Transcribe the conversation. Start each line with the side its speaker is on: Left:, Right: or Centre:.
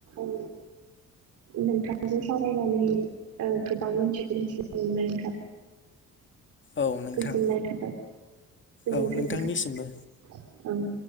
Right: औ। नोंथांजों सावरायनानै ओ गोबां मिथियैखौ मिथिनो मोनबाय नोंथां।
Left: औ नोंथां
Right: गोजोननाय थाबाय गोजोनथों
Left: औ नोंथांनिसिमबो
Right: नोंथां। ओं